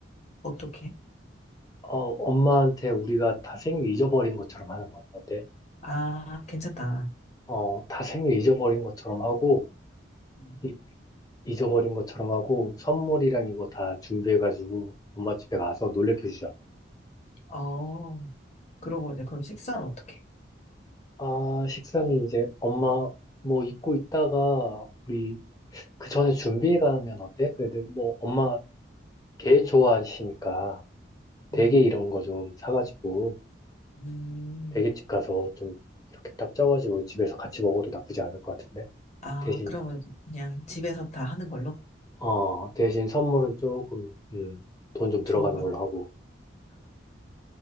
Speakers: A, on the left (about 35°); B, on the left (about 20°).
A: 어떻게?
B: 어, 엄마한테 우리가 다 생일 잊어버린 것처럼 하는 거야. 어때?
A: 아, 괜찮다.
B: 어, 다 생일 잊어버린 것처럼 하고,
A: 음.
B: 이- 잊어버린 것처럼 하고, 선물이랑 이거 다 준비해가지고, 엄마 집에 가서 놀래켜 주자.
A: 어, 그러고 이제 그럼 식사는 어떻게?
B: 아, 식사는 이제 엄마 뭐 잊고 있다가, 우리 그 전에 준비해 가면 어때? 그래도 뭐 엄마 게 좋아하시니까, 대게
A: 음.
B: 이런 거 좀 사가지고,
A: 음.
B: 대게집 가서 좀 이렇게 딱 쪄가지고 집에서 같이 먹어도 나쁘지 않을 것 같은데?
A: 아,
B: 대신,
A: 그러면 이제 그냥 집에서 다 하는 걸로?
B: 어, 대신 선물은 조금, 음, 돈좀 들어가는
A: 좋은 걸로?
B: 걸로 하고.